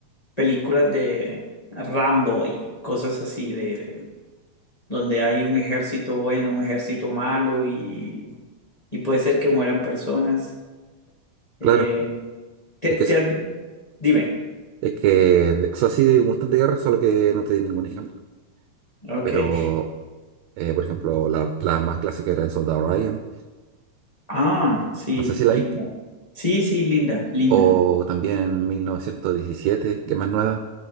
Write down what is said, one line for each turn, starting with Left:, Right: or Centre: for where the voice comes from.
Left: películas de Rambo y cosas así de, de- donde hay un ejército bueno, un ejército malo y, y puede ser que mueran personas.
Right: Claro,
Left: Eh, te,
Right: es que, so-
Left: te has vi- Dime.
Right: es que, de- o sea, sí, de Mustang de guerra, solo que no te di ningún ejemplo.
Left: Ok.
Right: Pero, eh, por ejemplo, la, la más clásica era El Soldado Ryan,
Left: Ah, sí,
Right: no sé si la
Left: linda.
Right: viste.
Left: Sí, sí, linda, linda.
Right: O también 1917, que es más nueva.